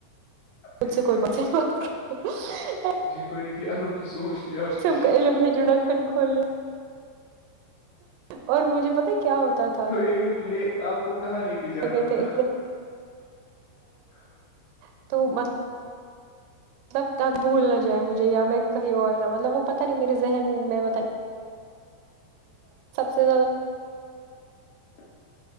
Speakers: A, on the left; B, on the right.
A: ہے
B: خ سے کوئی باتات کرے
A: جی بڑی ہی انوکھی سوچ تھی آپ کی
B: تم کا علم ہے جو ڈکھن کھول ل <inaudible> اور مجھے پتا کیا ہوتا تھا
A: تو یہ <unintelligible> کہاں لے کے جانا
B: کہتے
A: تھا <unintelligible>
B: <unintelligible> مطلب تک بھول نہ جائے مجھے یا میں کہیں اور نہ مطلب وہ پتا نہیں میرے ذن میں بت
A: <unintelligible>
B: سے